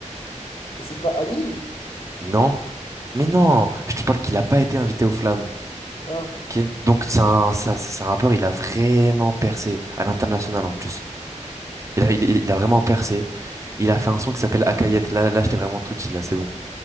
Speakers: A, on the left; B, on the right.
A: Mais c'est pas anime.
B: Non? Mais non, je te parle qu'il a pas été invité aux flammes.
A: Ah.
B: Ok. Donc c'est un, ça- c'est un rappeur, il a vraiment percé à l'international en plus. Il a, il, il- il a vraiment percé. Il a fait un son qui s'appelle Akayet. Là, là, je t'ai vraiment tout dit, là, c'est bon.